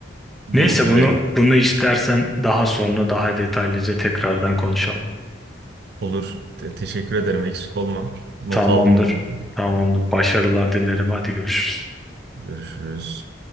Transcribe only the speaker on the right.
bulut
üzerine
Olur. Te- teşekkür ederim. Eksik olma. Not
aldım bunları.
Görüşürüz.